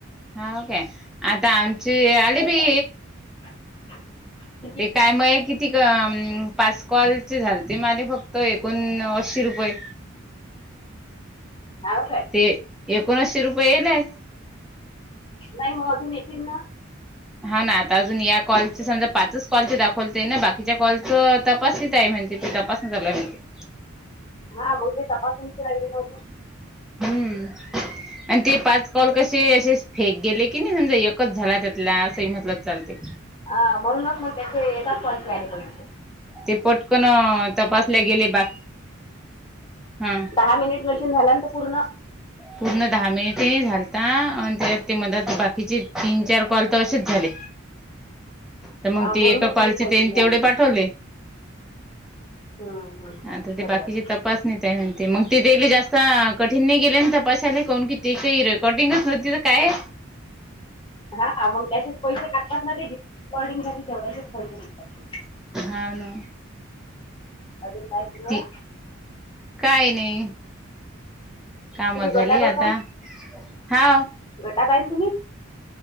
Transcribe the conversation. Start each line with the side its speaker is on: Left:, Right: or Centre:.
Centre: हा का आता आमची आली
Left: त्याच्यात
Centre: बी
Left: <unintelligible>
Centre: ते काय म किती पास कॉलचे झालेते माझ फक्त तर एकोण असशी रुपये
Left: ह का
Centre: ते एकोणशी रुपये येले आहेत
Left: नाही मग अजून येतील ना
Centre: हा ना आता अजून या कॉल समजा पाच कॉल दाखवते ना बाकीच्या कॉलच तपासत आहे म्हणते ते तपासणी झाय म्हणते
Left: हा बहु ते तपासूनच राहिलेेलं होतं
Centre: हम्म आणि ते पाच कॉल कसे असेच फेक गेले की नाही समजा एकच झाला त्यात असही म्हटलंच चालते
Left: हा म्हणूनच मग त्याचे येतात पंच आले पंचे
Centre: ते पटकन तपासल्या गेले बाकी हा
Left: दहा मिनिट मशीन झालानंत पूर्ण
Centre: पूर्ण दहा मिनिटे झालता आणि त्यात ते मध बाकीचे तीन चार कॉल तशीच झाले तर मग तेी
Left: म्हणूनच
Centre: एका कॉलचे
Left: मग पैसे
Centre: तेन
Left: नाही
Centre: तेवढे
Left: आले ते
Centre: पाठवले
Left: हम्म हम्म
Centre: आता ते
Left: बरोबर
Centre: बाकीचे
Left: आहे
Centre: तपासणी त्या म्हणते मग ती गली जास्त कठीण नाही गेले तर पशाला कोून की ते काही कॉटिंगच नव्हती तर काय
Left: हा मग त्याचेच पैसे काढतात नाकॉर्डिंगसाठी तेवढ्याचेच पैसे देतात
Centre: हा ना
Left: अजून काय सुरू
Centre: ती
Left: आहे
Centre: काय नाही काम
Left: तुम्ही
Centre: झाली
Left: गटात असाल
Centre: आता हा
Left: गटात आहे ना तुम्ही